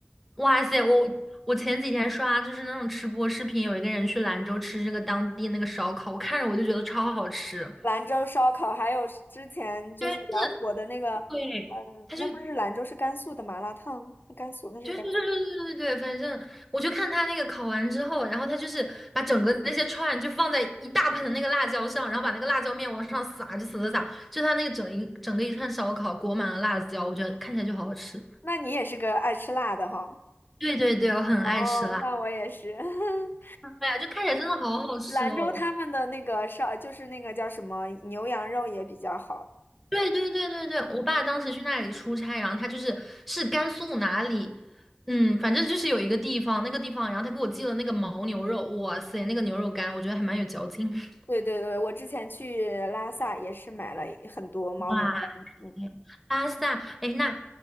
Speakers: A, in the centre; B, on the left.
A: 哇塞，我我前几天刷就是那种吃播视频，有一个人去兰州吃这个当地那个烧烤，我看着我就觉得超好吃。
B: 兰州烧烤，还有之前就是比较火的那个，
A: 对，是，对，
B: 嗯，
A: 他就
B: 那不是兰州，是甘肃的麻辣烫，甘肃那是甘，
A: 对对对对对对对，反正我就看他那个烤完之后，然后他就是把整个那些串就放在一大盆的那个辣椒上，然后把那个辣椒面往上撒，就撒撒撒，就他那个整一整个一串烧烤裹满了辣椒，我觉得看起来就好好吃。
B: 那你也是个爱吃辣的哈。
A: 对对对，我很爱吃辣，
B: 哦，那我也是。<laughs>
A: 对呀，就看起来真的好好吃哦。
B: 兰州他们的那个烧，就是那个叫什么牛羊肉也比较好。
A: 对对对对对，我爸当时去那里出差，然后他就是是甘肃哪里，嗯，反正就是有一个地方，那个地方，然后他给我寄了那个牦牛肉，哇塞，那个牛肉干，我觉得还蛮有嚼劲。<laughs>
B: 对对对，我之前去拉萨也是买了很多牦牛肝，
A: 哇
B: 嗯。
A: 拉萨，哎，那，